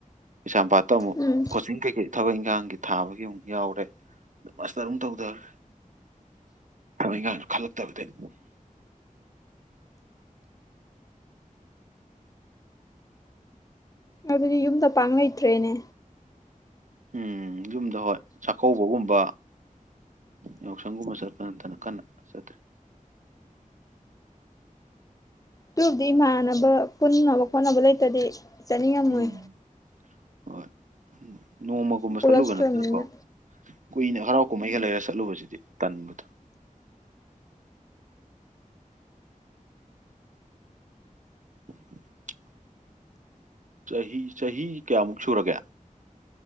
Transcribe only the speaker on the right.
ꯀꯩꯁꯥꯝꯄꯥꯠꯇ ꯑꯃꯨꯛ
ꯀꯣꯆꯤꯡ ꯀꯩꯀꯩ ꯊꯕꯛ ꯏꯪꯈꯥꯡꯒꯤ ꯊꯥꯕꯒꯤ ꯑꯃꯨꯛ ꯌꯥꯎꯔꯦ ꯃꯥꯁꯇꯔ ꯑꯃꯨꯛ ꯇꯧꯗꯔꯦ ꯊꯕꯛ ꯏꯟꯈꯥꯡꯁꯨ ꯈꯜꯂꯛꯇꯕꯗꯩ
ꯎꯝ ꯌꯨꯝꯗ ꯍꯣꯏ ꯆꯥꯛꯀꯧꯕꯒꯨꯝꯕ ꯌꯥꯎꯁꯪꯒꯨꯝꯕ ꯆꯠꯄ ꯅꯠꯇꯅ ꯀꯟꯅ ꯆꯠꯇ꯭ꯔꯦ
ꯎꯝ ꯍꯣꯏ ꯅꯣꯡꯃꯒꯨꯝꯕ
ꯆꯠꯂꯨꯕ ꯅꯠꯇꯅꯀꯣ ꯀꯨꯏꯅ ꯍꯔꯥꯎ ꯀꯨꯝꯍꯩ ꯑꯩꯒ ꯂꯩꯔ ꯆꯠꯂꯨꯕꯁꯤꯗꯤ ꯇꯟꯕꯗꯣ <unintelligible> ꯆꯍꯤ ꯆꯍꯤ ꯀꯌꯥꯃꯨꯛ ꯁꯨꯔꯒꯦ